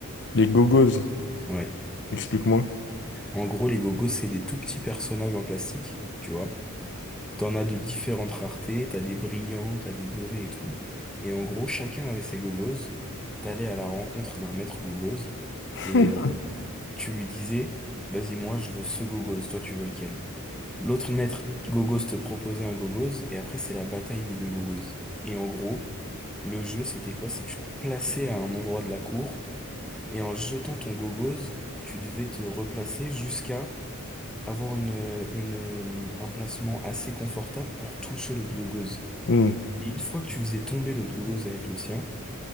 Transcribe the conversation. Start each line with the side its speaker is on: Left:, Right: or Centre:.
Left: Les gogos,
Centre: Ouais.
Left: explique-moi.
Centre: En gros, les gogos, c'est des tout petits personnages en plastique, tu vois. T'en as de différentes raretés, t'as des brillants, t'as des dorés et tout. Et en gros, chacun avait ses gogos. T'allais à la rencontre d'un maître gogos
Left: <laughs>
Centre: et euh, tu lui disais, vas-y, moi je veux ce gogos, toi tu veux lequel? L'autre maître gogos te proposait un gogos et après c'est la bataille des deux gogos. Et en gros, le jeu c'était quoi? C'est tu te plaçais à un endroit de la cour et en jetant ton gogos, tu devais te replacer jusqu'à avoir une, une, euh, un placement assez confortable pour toucher l'autre gogos.
Left: Hmm.
Centre: Et une fois que tu faisais tomber l'autre gogos avec le sien,